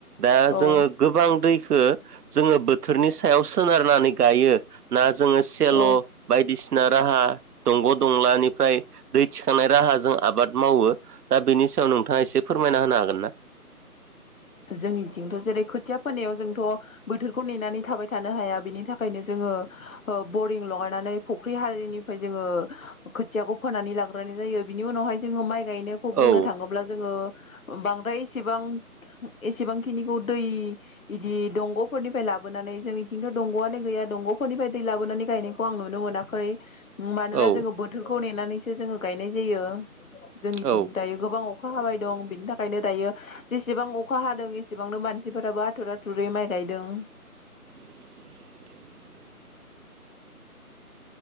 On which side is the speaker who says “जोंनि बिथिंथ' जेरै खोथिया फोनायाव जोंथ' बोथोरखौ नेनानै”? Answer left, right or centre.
Left